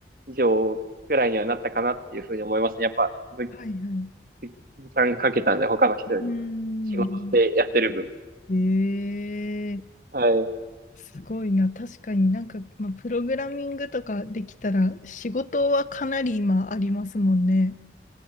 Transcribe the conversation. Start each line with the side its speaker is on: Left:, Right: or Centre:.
Right: 以上くらいにはなったかなっていうふうに思いますね。やっぱ、ぶ
Left: はいはい。
Right: ぶ時間かけたんで、他の人より。
Left: うーん。
Right: 仕事でやってる分。
Left: ええ
Right: はい。
Left: すごいな。確かになんか、まあ、プログラミングとかできたら仕事はかなり今ありますもんね。